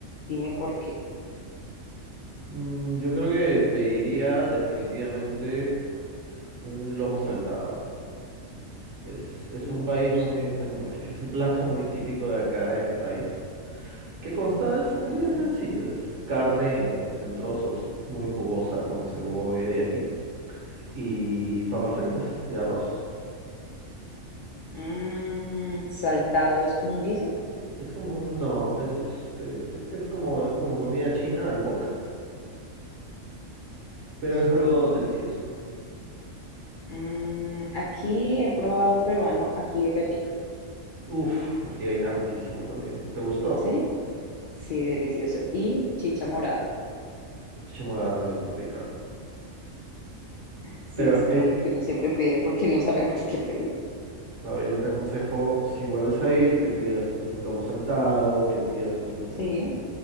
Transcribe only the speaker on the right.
mm, yo creo que pediría definitivamente un lomo saltado. Es, es
un
país muy,
es un país, es un plato muy típico de acá, de mi país, que consta, es,
es bien sencillo, es carne en, en trozos, muy jugosa, con
cebolla y ají, y papas fritas y arroz.
Es como, no, es, es, este, e- es como, como comida china al wok, pero
es algo delicioso.
Uf, el jigaina riquísimo también. ¿Te gustó?
Leche morada también es muy rica.
Pero
eh,
bueno, yo te aconsejo, si vuelves a ir, que pidas un lomo saltado, que pidas un,